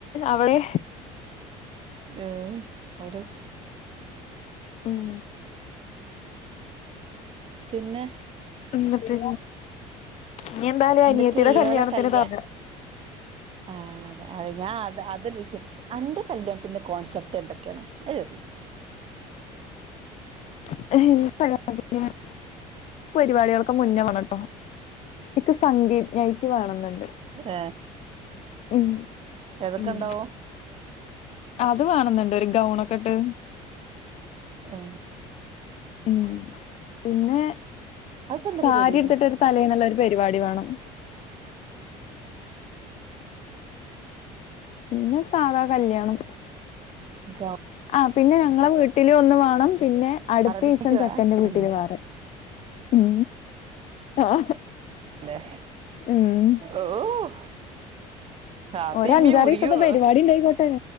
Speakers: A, on the left; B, on the right.
A: അവിടെ
B: ഏഹ് അവിടെ സ്
A: ഉം
B: പിന്നെ
A: എന്നിട്ട് ഇനി എന്താലും
B: എന്തൊക്കെ
A: അനിയത്തിയുടെ
B: ഇയാളെ
A: കല്യാണത്തിന്
B: കല്യാ
A: <unintelligible>
B: ആഹ് അതെ. അതെ. ഞാൻ അതല്ലച്ച് അന്റെ കല്യാണത്തിന്റെ കോൺസെപ്റ്റ് എന്തൊക്കെയാണ്. അത് ചോദിക്ക്.
A: <unintelligible> പരിപാടികൾക്കൊ മുന്നേ വണംട്ടോ. ഇക്ക് സംഗീത നൈറ്റ് വണന്നുണ്ട്.
B: ഏഹ്
A: ഉം.
B: ഏതൊക്കെ
A: ഉം
B: ഉണ്ടാവും
A: അത് വണംന്നുണ്ട്. ഒരു ഗൗണൊക്കെ ഇട്ട്
B: ഏഹ്
A: ഉം പിന്നെ
B: അതിപ്പോ എന്താ
A: സാരി
B: പരിപാടി
A: ഹെ ഉടുത്തിട്ടൊരു തലേന്നുള്ള ഒരു പരിപാടി വണം. പിന്നെ സാധാ കല്യാണം
B: ഗൗ
A: ആഹ് പിന്നെ ഞങ്ങളെ വീട്ടില് ഒന്ന് വേണം പിന്നെ അടുത്ത
B: അറബിക്
A: ദിവസം
B: നൈറ്റ് വേണ
A: ചെക്കന്റെ വീട്ടില്
B: ഉം
A: വേറെ ഉം ആഹ്
B: ലെ
A: ഉം
B: ഓഹ് വാപ്പി
A: ഒരഞ്ചാറീസത്തെ
B: ഉമ്മിം മുടിയോ
A: പരിപാടി ഇണ്ടായിക്കോട്ടെ